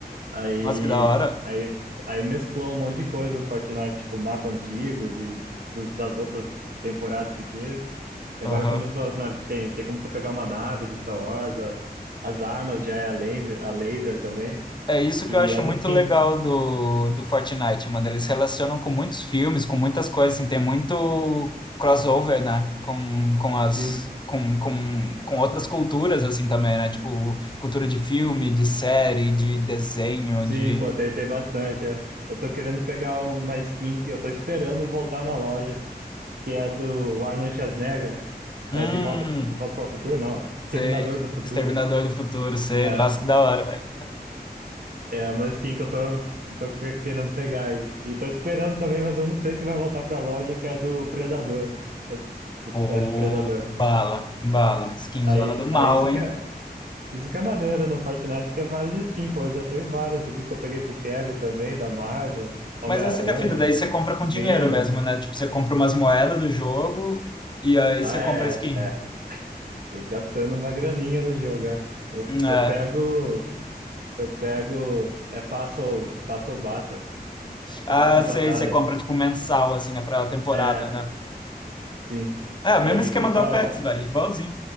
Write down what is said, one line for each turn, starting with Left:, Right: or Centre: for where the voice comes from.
Right: Aí,
Left: Nossa, que da hora.
Right: aí, aí mesclou um monte de coisa do Fortnite, tipo mapa antigo de, do- das outras temporadas que teve. E
Left: Aham.
Right: agora começou as naves. Tem, tem como você pegar uma nave do Star Wars, as, as armas já é a laser, a laser também.
Left: É isso
Right: E
Left: que eu acho
Right: as
Left: muito
Right: skins.
Left: legal do,
Right: Ah,
Left: do Fortnite, mano. Eles relacionam com muitos filmes, com muitas coisas, assim, tem muito crossover, né? Com, com as
Right: sim,
Left: com, com, com outras culturas, assim, também, né? Tipo, cultura de filme, de série, de desenho,
Right: sim,
Left: de.
Right: pô, tem, tem bastante, é. Eu tô querendo pegar um, uma skin que eu tô esperando voltar na loja, que é do Arnold Schwarzenegger.
Left: Hum,
Right: É, de volta, de volta para o futuro, não.
Left: sei,
Right: Terminador do futuro.
Left: Exterminador do Futuro, sei,
Right: É.
Left: nossa, que da hora, velho.
Right: É a manskin que eu tô, que eu tô que- querendo pegar aí. E tô esperando também, mas eu não sei se vai voltar pra loja que é do Predador. Eu-
Left: Pô,
Right: é, Predador.
Left: bala, bala, skinzona
Right: Aí,
Left: do mal,
Right: aí isso
Left: hein?
Right: que é, isso que é maneiro no Fortnite, que é várias skins, pô. Eu já tenho várias aqui que eu peguei pro Kevin também, da Marvel, Homem-Aranha,
Left: Mas essa que é a fita, daí você compra com
Right: Venom.
Left: dinheiro mesmo, né? Tipo, você compra umas moedas do jogo e aí
Right: Ah,
Left: você
Right: é,
Left: compra skin.
Right: é. é. Tem gastando uma graninha no jogo, é. Eu,
Left: Hum, É.
Right: eu pego. Eu pego. É passo, passo battle. É
Left: Ah,
Right: passo de
Left: sei,
Right: batalha.
Left: você compra tipo mensal, assim, né? Pra temporada,
Right: É,
Left: né?
Right: sim.
Left: É, o
Right: Aí
Left: mesmo esquema
Right: fica.
Left: do Apex, velho, igualzinho.